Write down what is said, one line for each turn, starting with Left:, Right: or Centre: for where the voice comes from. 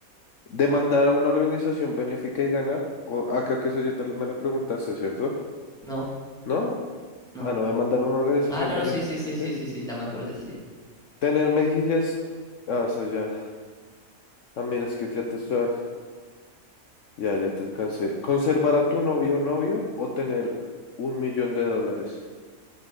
Left: ¿Demandar a una organización benéfica y ganar? O, ah, creo que eso ya te, la- me la preguntaste, ¿cierto?
Centre: No,
Left: ¿No?
Centre: no.
Left: Ah, no, de mandar una organización
Centre: Ah, no,
Left: benéfica,
Centre: sí, sí, sí, sí,
Left: ¿sí?
Centre: sí, sí, ya me acordé, sí.
Left: Tener mejillas. Ah, o sea, ya. Ah, mira, es que ya te estoy. al- Ya, ya te alcancé. Conservar a tu novio o novio o tener un millón de dólares.